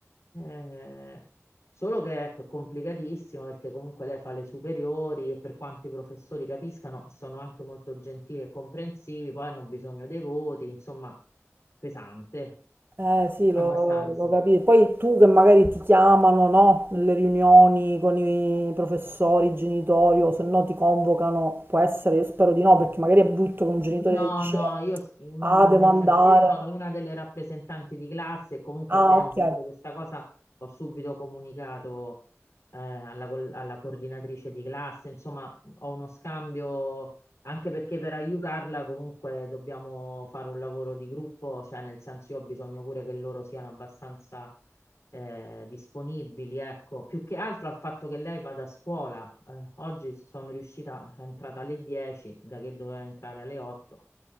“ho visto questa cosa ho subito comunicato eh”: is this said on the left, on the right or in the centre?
Left